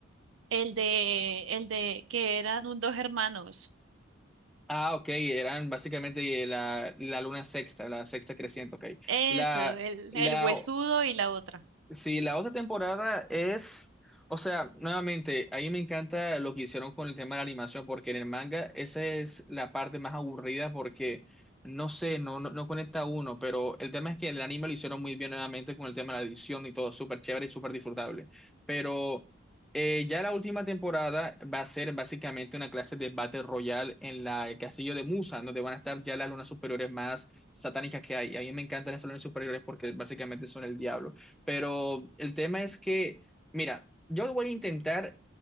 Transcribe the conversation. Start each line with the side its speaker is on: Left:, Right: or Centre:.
Right: El de, el de que eran un, dos hermanos.
Centre: Ah, ok, eran básicamente la, la luna sexta, la sexta creciente, ok.
Right: Eso,
Centre: La,
Right: el,
Centre: la
Right: el huesudo y la otra.
Centre: Sí, la otra temporada es, o sea, nuevamente, ahí me encanta lo que hicieron con el tema de la animación, porque en el manga esa es la parte más aburrida porque, no sé, no, no, no conecta uno, pero el tema es que el anime lo hicieron muy bien nuevamente con el tema de la edición y todo, súper chévere y súper disfrutable. Pero eh, ya la última temporada va a ser básicamente una clase de Battle Royale en la, el castillo de Musa, donde van a estar ya las lunas superiores más satánicas que hay. A mí me encantan las lunas superiores porque básicamente son el diablo. Pero el tema es que, mira, yo voy a intentar